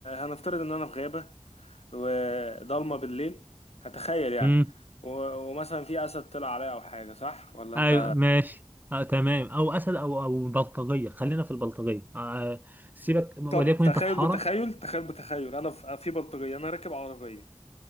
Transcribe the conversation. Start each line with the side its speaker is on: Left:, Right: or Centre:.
Left: هنفترض ان انا في غابه وضلمه بالليل هتخيل يعني
Right: امم
Left: و- ومثلا في اسد طلع عليا او حاجه صح ولا انت
Right: ايوه ماشي آه تمام او اسد او او بلطجيه خلينا في البلطجيه آه سيبك وليكن
Left: طب تخيل
Right: انت في حاره
Left: بتخيل تخيل بتخيل انا في في بلطجيه انا راكب عربيه